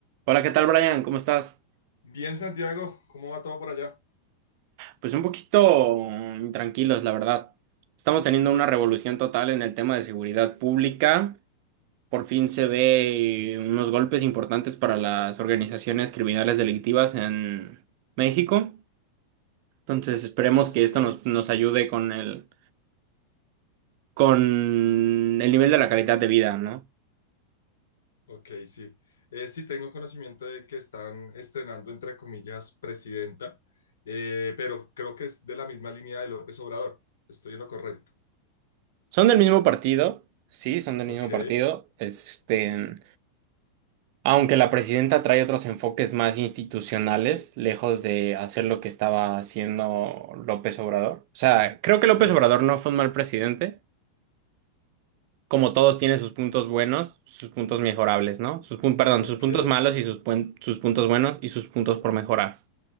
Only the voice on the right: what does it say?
Hola, ¿qué tal, Brian? ¿Cómo estás?
Pues un poquito mm, tranquilos, la verdad. Estamos teniendo
una revolución total en el tema de seguridad pública. Por fin se ve eh, unos golpes importantes para las organizaciones criminales delictivas en México. Entonces, esperemos que
esto nos, nos ayude con el, con el nivel de la calidad de vida, ¿no?
Son del mismo partido, sí, son del
mismo partido. Este, Aunque la presidenta trae otros enfoques más institucionales, lejos de hacer lo que estaba haciendo López Obrador. O sea, creo
que López Obrador no fue un mal presidente. Como todos tiene sus puntos buenos, sus puntos mejorables, ¿no? Sus, pun- perdón,
sus puntos malos y sus, puen- sus puntos buenos y sus puntos por mejorar.